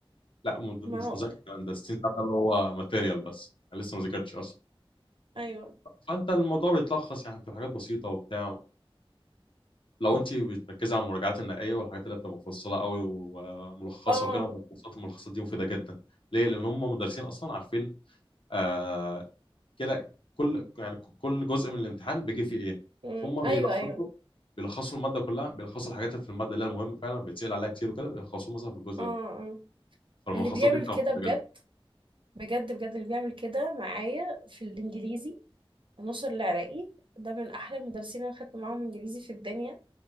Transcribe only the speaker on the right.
ما هو
أيوه
اه
مم،
أيوه أيوه
اه
آه.
اللي بيعمل
كده
بجد
بجد بجد اللي بيعمل كده معايا في الإنجليزي نصر العراقي ده من احلى المدرسين اللي انا خدت معاهم انجليزي في الدنيا